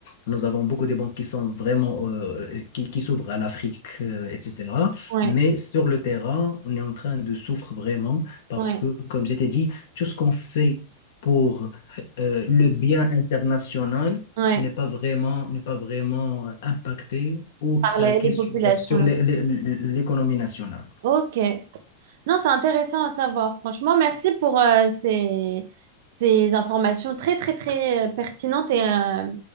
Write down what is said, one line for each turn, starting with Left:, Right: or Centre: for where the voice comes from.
Left: nous avons beaucoup de banques qui sont vraiment euh, qui, qui s'ouvrent à l'Afrique, euh, etc.
Right: ouais,
Left: Mais sur le terrain, on est en train de souffrir vraiment parce
Right: ouais,
Left: que, comme je t'ai dit, tout ce qu'on fait pour euh, le bien international
Right: ouais,
Left: n'est pas vraiment n'est pas vraiment impacté ou calqué
Right: par la- les
Left: sur
Right: populations.
Left: sur
Right: là.
Left: l'é- l'é- l'économie nationale.
Right: Ok. Non, c'est intéressant à savoir. Franchement, merci pour euh, ces, ces informations très, très, très euh, pertinentes et, euh,